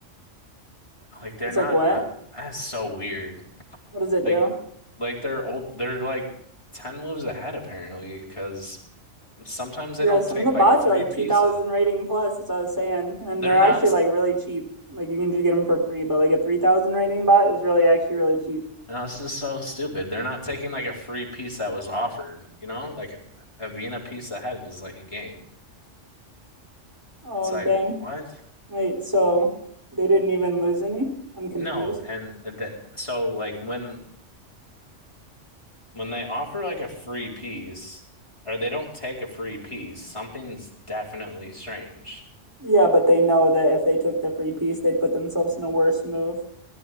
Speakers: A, on the left; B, on the right.
A: like, they're
B: It's
A: not,
B: like what?
A: uh, that's so weird.
B: What does it
A: Like,
B: do?
A: like, they're, op they're, like, 10 moves ahead, apparently, because sometimes they
B: Yeah,
A: don't
B: some
A: take,
B: of the bots
A: like, free
B: are like
A: pieces.
B: 2000 rating plus, as I was saying, and
A: They're
B: they're actually
A: not,
B: like really cheap. Like you can just get them for free, but like a 3000 rating bot is really actually really cheap.
A: no, this is so stupid. They're not taking, like, a free piece that was offered, you know? Like, a being a piece ahead is, like, a game.
B: Oh,
A: It's like,
B: dang.
A: what?
B: Wait, so they didn't even lose any? I'm confused.
A: No, and the so like when when they offer like a free piece or they don't take a free piece, something's definitely strange.
B: Yeah, but they know that if they took the free piece, they'd put themselves in a worse move